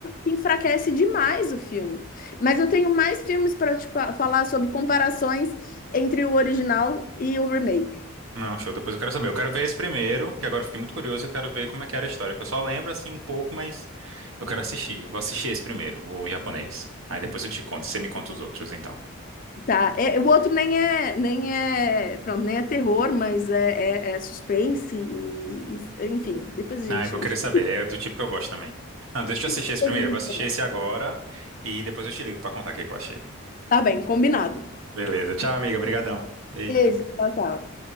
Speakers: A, on the left; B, on the right.
A: enfraquece demais o filme. Mas eu tenho mais filmes para te fa- falar sobre comparações entre o original e o remake.
B: Não, show. Depois eu quero saber. Eu quero ver esse primeiro, que agora eu fiquei muito curioso e eu quero ver como é que era a história. Que eu só lembro assim um pouco, mas eu quero assistir. Eu vou assistir esse primeiro, o japonês. Aí depois eu te conto. Você me conta os outros, então.
A: Tá, É, o outro nem é, nem é, pronto, nem é terror, mas é, é, é suspense e, e- enfim, depois a gente...
B: Ah, eu vou querer saber.
A: <laughs>
B: É do tipo que eu gosto também. Não, deixa eu assistir
A: Depois
B: esse primeiro.
A: a gente
B: Eu Vou assistir
A: conversa.
B: esse agora e depois eu te ligo pra contar o que que eu achei.
A: Tá bem, combinado.
B: Beleza. Tchau, amiga. Obrigadão. Beijo.
A: Beijo, tchau, tchau.